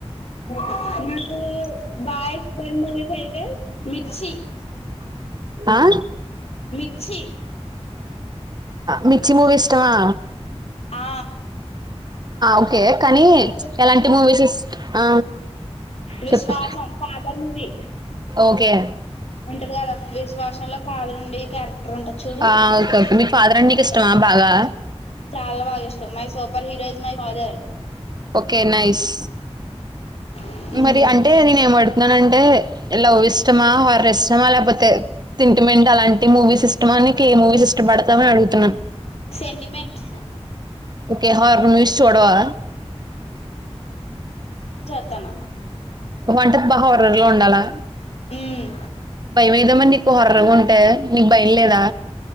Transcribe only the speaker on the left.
నాకు బాయస్ వన్ మూవీస్ అయితే మిర్చి
మిర్చి
ఆ
స
విశ్వాస
ఫాదర్ మూవీ
ఉంటది కదా విశ్వాసం ఫాదర్ ఉండి క్యారెక్టర్ ఉంటా చూడు
అబ్
బాగుంట
చాలా బాగా ఇష్టం my super hero is my father
ఫాదర్
సెంటిమెంట్
కుత్తమ
ఉమ్,